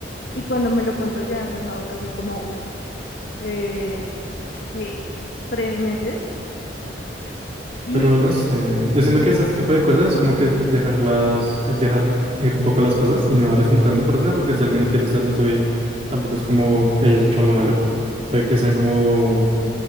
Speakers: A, on the left; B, on the right.
A: Y cuando me lo contó ya han pasado casi como, eh, ¿qué? Tres meses. Y
B: Pero no sé, yo siento que ese tipo de cosas es como que de- dejarlas, dejar ir un poco las cosas y no darles como tan importancia porque si alguien no quiere estar en tu vida, tampoco es como que hayas hecho algo malo. Puede que sean como,